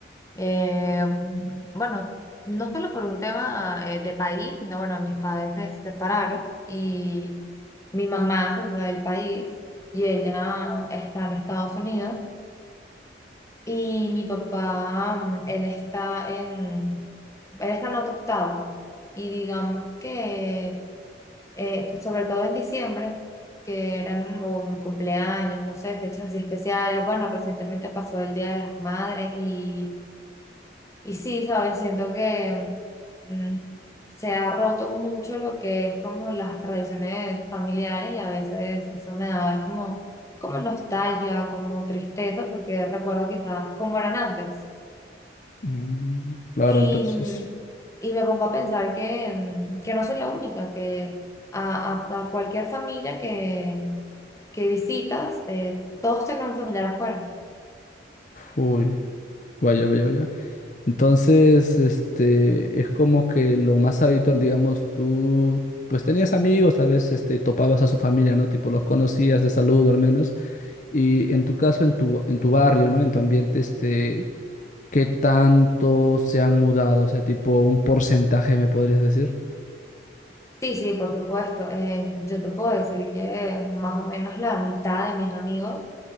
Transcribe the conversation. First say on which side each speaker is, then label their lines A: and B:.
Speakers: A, on the left (about 15°); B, on the left (about 45°).
A: Eh, bueno, no solo por un tema eh, de país, sino bueno, mis padres se separaron y mi mamá se fue del país y ella está en Estados Unidos y mi papá, mm, él está en, él está en otro estado y digamos que, eh, pues, sobre todo en diciembre, que eran o mi cumpleaños, no sé, fechas así especiales, bueno, recientemente pasó el Día de las Madres y y sí, ¿sabes? Siento que mm, se ha roto mucho lo que es como las tradiciones familiares y a veces eso me da como, como nostalgia, como tristeza, porque recuerdo quizás cómo eran antes.
B: Mm, claro,
A: Y,
B: entonces,
A: mm, y me pongo a pensar que, mm, que no soy la única, que a, a- a cualquier familia que, que visitas, eh, todos tienen un familiar afuera.
B: uy, vaya, vaya, vaya. Entonces, este, es como que lo más habitual, digamos, tú, pues tenías amigos, tal vez, este, topabas a su familia, ¿no? Tipo, los conocías de saludo al menos, y en tu caso, en tu, en tu barrio, ¿no? En tu ambiente, este, ¿qué tanto se han mudado? O sea, tipo, un porcentaje, ¿me podrías decir?
A: Sí, sí, por supuesto. Eh, yo te puedo decir que más o menos la mitad de mis amigos,